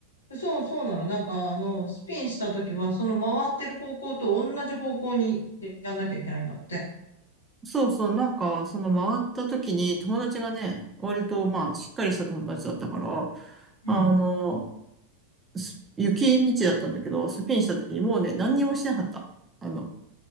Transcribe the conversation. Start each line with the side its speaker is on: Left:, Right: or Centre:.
Left: そう、そうなの。なんか、あの、スピンした時は、その回ってる方向と同じ方向にやんなきゃいけないんだって。
Right: そうそう、なんか、その回った時に友達がね、割とまあ、しっかりした友達だったから、
Left: うん。
Right: あの、
Left: うん。
Right: す雪道だったんだけど、スピンした時にもうね、何にもしてなかった。あの、